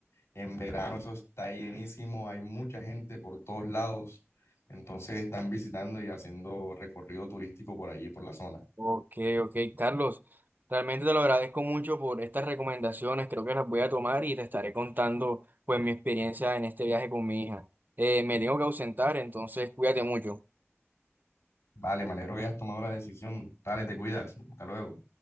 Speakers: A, on the left; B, on the right.
A: En verano eso está llenísimo, hay mucha gente por todos lados. Entonces están visitando y haciendo recorrido turístico por allí, por la zona.
B: Ok, ok, Carlos, realmente te lo agradezco mucho por estas recomendaciones, creo que las voy a tomar y te estaré contando pues mi experiencia en este viaje con mi hija. Eh, me tengo que ausentar, entonces cuídate mucho.
A: Vale, me alegro que hayas tomado la decisión. Dale, te cuidas. Hasta luego.